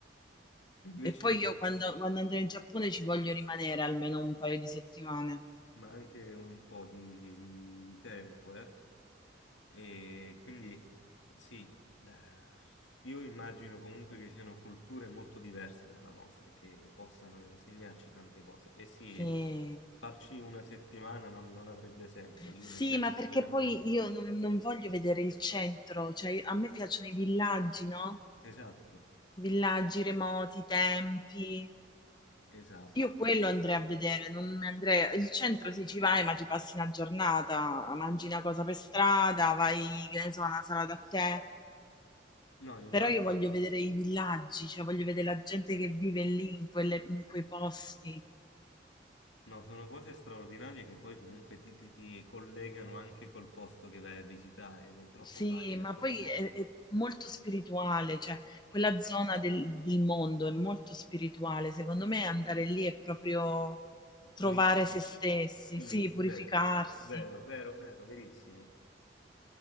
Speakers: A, on the left; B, on the left.
A: invece
B: e poi io quando, quando andrò in Giappone ci voglio rimanere almeno un paio di settimane.
A: ma anche un po' di, di- di tempo, eh. E quindi sì, beh, io immagino comunque che siano culture molto diverse dalla nostra e che possano insegnarci tante cose. E sì,
B: Sì.
A: farci una settimana non, non avrebbe senso, lì
B: Sì,
A: necessiti
B: ma perché
A: veramente...
B: poi io non, non voglio vedere il centro, cioè a me piacciono i villaggi, no?
A: Esatto,
B: Villaggi remoti, tempi.
A: esatto.
B: Io quello andrei a vedere, non mi andrei... Il centro sì, ci vai, ma ci passi una giornata, mangi una cosa per strada, vai, che ne so, a una sala da tè.
A: No, infatti,
B: Però io voglio vedere i villaggi, cioè voglio vedere la gente che vive lì, in quelle- in quei posti.
A: no, sono cose straordinarie che poi comunque ti, ti- ti collegano anche col posto che vai a visitare, se è troppo
B: Sì,
A: facile,
B: ma
A: è troppo
B: poi è è molto spirituale, cioè quella zona del del mondo è molto spirituale. Secondo me andare lì è proprio
A: purifica.
B: trovare se stessi,
A: Sì,
B: sì, purificarsi.
A: vero, vero, vero, vero, verissimo.